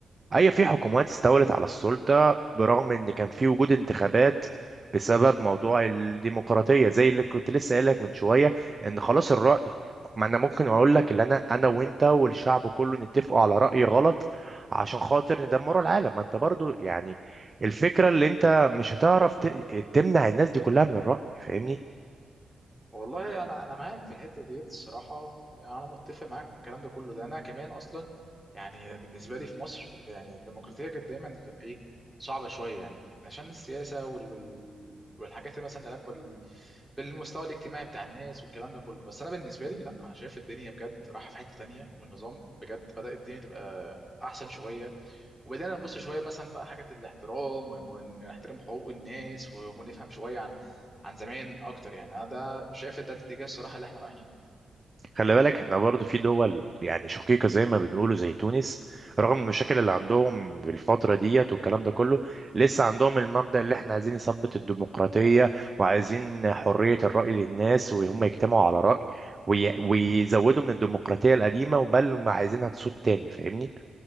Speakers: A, on the right; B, in the centre.
A: هي في حكومات استولت على السلطة برغم إن كان في وجود انتخابات بسبب موضوع الديمقراطية زي اللي كنت لسه قايل لك من شوية إن خلاص الرأي ما أنا ممكن أقول لك اللي أنا أنا وأنت والشعب كله نتفقوا على رأي غلط عشان خاطر ندمروا العالم ما أنت برضو يعني الفكرة اللي أنت مش هتعرف ت- تمنع الناس دي كلها من الرأي فاهمني
B: والله انا انا معاك في الحته ديت الصراحه انا متفق معاك في الكلام ده كله ده انا كمان اصلا يعني بالنسبه لي في مصر إيه ده يعني الديمقراطيه كانت دايما بتبقى ايه صعبه شويه يعني عشان السياسه وال... وال... والحاجات اللي مثلا علاقه بال... بالمستوى الاجتماعي بتاع الناس والكلام ده كله بس انا بالنسبه لي لا انا شايف الدنيا بجد رايحه في حته تانية والنظام بجد بدأ الدنيا تبقى احسن شويه وبدأنا نبص شوية مثلا بقى حاجة الاحترام و- ونحترم حقوق الناس و- ونفهم شوية عن عن زمان أكتر يعني أنا ده شايف ده الاتجاه الصراحة اللي احنا رايحينه
A: خلي بالك احنا برضو في دول يعني شقيقة زي ما بنقولوا زي تونس رغم المشاكل اللي عندهم بالفترة ديت والكلام ده كله لسه عندهم المبدأ اللي احنا عايزين نثبت الديمقراطية وعايزين حرية الرأي للناس وهم يجتمعوا على رأي وي- ويزودوا من الديمقراطية القديمة وبل ما عايزينها تسود تاني فاهمني؟